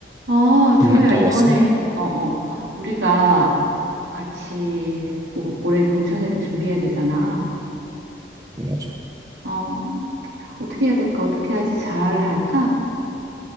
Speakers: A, on the right (about 85°); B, on the right (about 20°).
A: 아, 주호야,
B: 음, 어,
A: 이번에,
B: 왔어? 요
A: 어, 어, 우리가 같이 오- 올해 동창회를 준비해야 되잖아.
B: 맞아.
A: 어, 어떻게 해야 될까? 어떻게 해야지 잘 할까?